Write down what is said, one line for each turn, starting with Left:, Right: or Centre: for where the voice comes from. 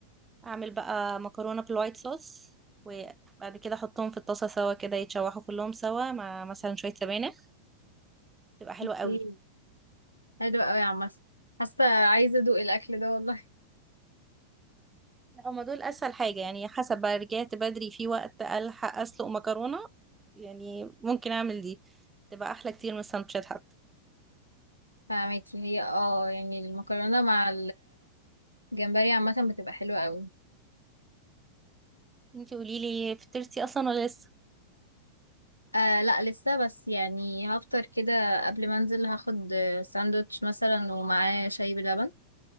Right: أعمل بقى مكرونة بالوايت صوص وبعد كده أحطهم في الطاسة سوا كده يتشوحوا كلهم سوا مع مثلا شوية سبانخ تبقى حلوة
Left: اوكي
Right: قوي
Left: حلو قوي يا عم حاسة عايزة ادوق الاكل ده والله
Right: لا هما دول اسهل حاجه يعني حسب بقى رجعت بدري في وقت الحق اسلق مكرونه يعني ممكن اعمل دي تبقى احلى كتير من السندوتشات حتى
Left: <laughs> فاهمكي هي اه يعني المكرونة مع الجمبري عامة بتبقى حلوة قوي
Right: انتي قولي لي فطرتي اصلا ولا لسه
Left: آه لا لسه بس يعني هفطر كده قبل ما انزل هاخد آه، ساندوتش مثلا ومعاه شاي بلبن